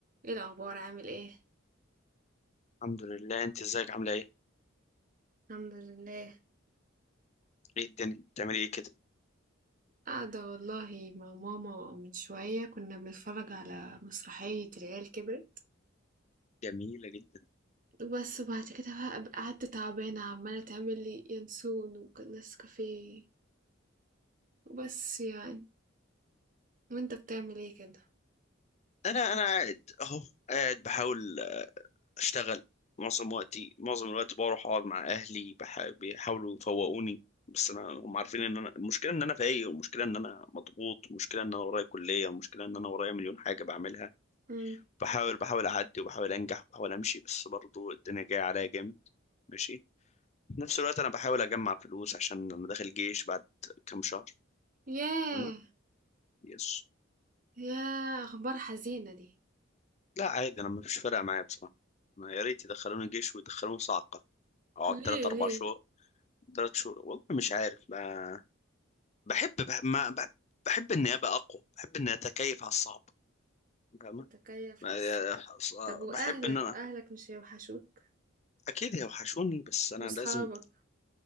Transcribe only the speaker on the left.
الحمد لله انت ازيك عامله ايه
ايه الدنيا بتعملي ايه كده
جميلة جدا
انا انا قاعد اهو قاعد بحاول اشتغل معظم وقتي معظم الوقت بروح اقعد مع اهلي بح... بيحاولوا يفوقوني بس انا هم عارفين ان انا المشكله ان انا فايق والمشكله ان انا مضغوط والمشكله ان انا ورايا كليه والمشكله ان انا ورايا مليون حاجه بعملها
بحاول بحاول اعدي وبحاول انجح وبحاول امشي بس برضو الدنيا جايه عليا جامد ماشي في نفس الوقت انا بحاول اجمع فلوس عشان انا داخل جيش بعد كام شهر
تمام يس
لا عادي انا مفيش فارقه معايا بصراحه ما يا ريت يدخلوني جيش ويدخلوني صعقه اقعد
تلات اربع
شهور تلات شهور والله مش عارف ما بحب بح... ما بح... بحب اني ابقى اقوى بحب اني اتكيف على الصعب فاهمة؟
ما-
بحب ان انا
اكيد هيوحشوني بس انا
لازم